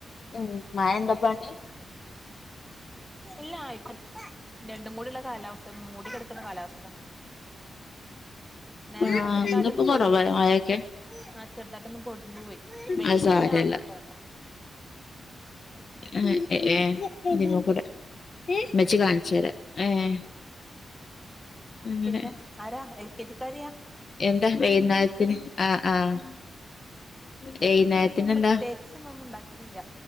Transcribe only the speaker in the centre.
ഇല്ല്യാ രണ്ടും കൂടിള്ള കാലാവസ്ഥ മൂടി കെടാക്ക്ന്നാ കാലാവസ്ഥ നേരത്തെ
ചെതായിട്ട്
ഒന്ന്
പൊടിഞ്ഞു പോയി
ആഹ് ചെറുതായിട്ട് ഒന്ന് പൊടിഞ്ഞ് പോയി വെയില്
ഇല്ലാ <unintelligible>
പിന്നെ ആരാ എൽ കെ ജിക്കാരിയാ
വൈക്ന്നെ
പ്രത്യേകിച്ച്
ഇന്നും ഒന്നും ഉണ്ടാക്കീല്ല്യാ